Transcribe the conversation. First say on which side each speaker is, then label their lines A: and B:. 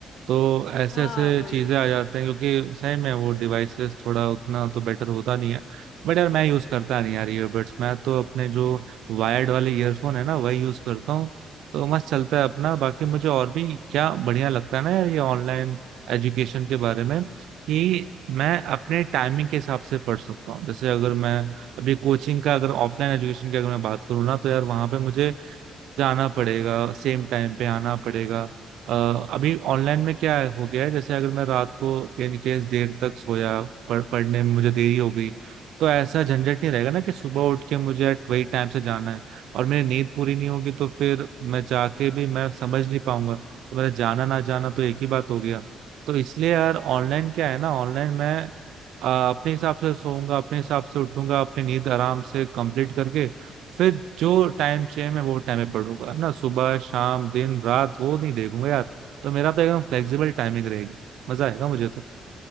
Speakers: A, on the right (about 80°); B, on the left (about 65°).
A: तो ऐसे
B: हाँ
A: ऐसे
B: वही
A: चीजें आ जाते हैं क्योंकि सही में वो डिवाइसेस थोड़ा उतना तो बेटर होता नहीं है बट यार मैं यूज करता नहीं यार ईयरबड्स मैं तो अपने जो वायर्ड वाले ईयरफोन है ना वही यूज करता हूँ तो मस्त चलता है अपना बाकी मुझे और भी क्या बढ़िया लगता है ना यार ये ऑनलाइन एजुकेशन के बारे में
B: हम्म
A: कि मैं अपने टाइमिंग के हिसाब से पढ़ सकता हूँ जैसे अगर मैं अभी कोचिंग का अगर ऑफलाइन एजुकेशन की अगर मैं बात करूँ ना तो यार वहां पे मुझे जाना पड़ेगा सेम टाइम पे आना पड़ेगा अ, अभी ऑनलाइन में क्या है- हो गया है जैसे अगर मैं रात को इन केस देर तक सोया पढ़ पढ़ने में मुझे
B: हम्म
A: देरी हो गई तो ऐसा झंझट नहीं रहेगा ना कि सुबह उठ के मुझे at वही टाइम से जाना है और मेरी नींद पूरी नहीं होगी तो फिर मैं जाके भी मैं समझ नहीं पाऊंगा तो मेरा जाना ना जाना तो एक ही बात हो गया तो इसलिए यार ऑनलाइन क्या है ना ऑनलाइन मैं अ, अपने हिसाब से सोऊंगा अपने हिसाब से उठूंगा अपनी नींद आराम से कंप्लीट करके फिर जो टाइम चाहिए मैं वो टाइम पे पढ़ूंगा है ना सुबह शाम दिन रात वो नहीं देखूंगा यार तो मेरा तो एकदम फ्लेक्सिबल
B: हम्म
A: टाइमिंग रहेगी मजा आएगा मुझे तो